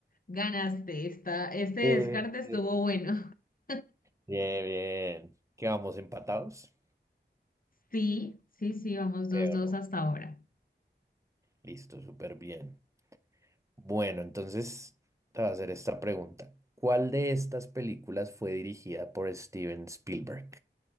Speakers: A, on the left; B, on the right.
A: ganaste esta, este
B: Eh,
A: descarte estuvo
B: eh,
A: bueno. <laughs>
B: Bien, bien. ¿Qué vamos empatados?
A: Sí, sí, sí, vamos
B: Creo
A: dos, dos
B: no.
A: hasta ahora.
B: Listo, súper bien. Bueno, entonces te voy a hacer esta pregunta. ¿Cuál de estas películas fue dirigida por Steven Spielberg?